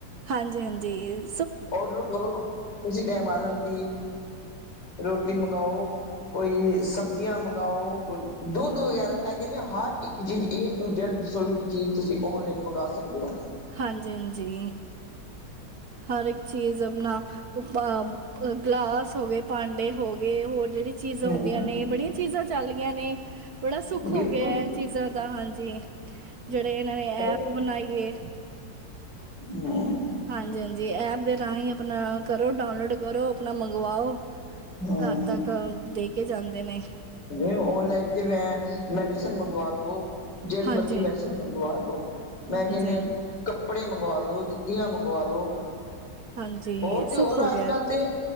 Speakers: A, on the right; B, on the left.
A: ਹਾਂਜੀ-ਹਾਂਜੀ
B: ਔਡਰ ਕਰੋ ਉਸੀ ਟੈਮ ਆ ਜਾਂਦੀ ਰੋਟੀ ਮੰਗਾਓ। ਕੋਈ ਸਬਜ਼ੀਆਂ ਮੰਗਾਓ ਕੋਈ ਦੁੱਧ ਵਗੈਰਾ ਮੈਂ ਕੈਨੀ ਆ ਹਰ ਇੱਕ ਚੀਜ਼ ਏ ਟੂ ਜੈਡ ਰਸੋਈ ਦੀ ਚੀਜ਼ ਤੁਸੀਂ ਔਨਲਾਈਨ ਮੰਗਾ ਸਕਦੇ ਓ।
A: ਹਾਂਜੀ-ਹਾਂਜੀ ਹਰ ਇੱਕ ਚੀਜ਼ ਆਪਣਾ ਪ ਅ ਗਲਾਸ ਹੋਗੇ ਭਾਂਡੇ ਹੋਗੇ ਹੋਰ ਜੇੜੀ ਚੀਜ਼ਾਂ
B: ਹੂੰ
A: ਹੁੰਦੀਆਂ ਨੇ ਬੜੀਆਂ ਚੀਜ਼ਾਂ ਚੱਲ ਗਈਆਂ ਨੇ। ਬੜਾ ਸੁੱਖ
B: ਬਿਲਕੁਲ
A: ਹੋ ਗਿਆ ਐ ਚੀਜ਼ਾਂ ਦਾ ਹਾਂਜੀ ਜੇੜ੍ਹੇ ਇਨਾਂ ਨੇ
B: ਹੂੰ
A: ਐਪ ਬਣਾਈਏ।
B: <inaudible>
A: ਹਾਂਜੀ-ਹਾਂਜੀ ਐਪ ਦੇ ਰਾਹੀਂ ਆਪਣਾ ਕਰੋ ਡਾਊਨਲੋਡ ਕਰੋ ਆਪਣਾ ਮੰਗਵਾਓ।
B: ਹੂੰ
A: ਘਰ ਤੱਕ ਦੇ ਕੇ ਜਾਂਦੇ ਨੇ।
B: ਨਈ ਓਨਲਾਈਨ ਤੇ ਮੈਂ ਮੈਡੀਸਨ ਮੰਗਵਾ ਲੋ ਜੇੜੀ
A: ਹਾਂਜੀ
B: ਮਰਜ਼ੀ
A: ਹਾਂਜੀ
B: ਮੈਡੀਸਨ ਮੰਗਵਾ ਲੋ। ਮੈਂ ਕੈਨੀ
A: ਹਾਂਜੀ
B: ਆ ਕੱਪੜੇ ਮੰਗਵਾ ਲੋ ਜੁੱਤੀਆਂ ਮੰਗਵਾ ਲੋ।
A: ਹਾਂਜੀ
B: ਹੋਰ ਤੇ
A: ਸੁੱਖ
B: ਹੋਰ
A: ਹੋ ਗਿਆ
B: ਅੱਜ ਕੱਲ ਤੇ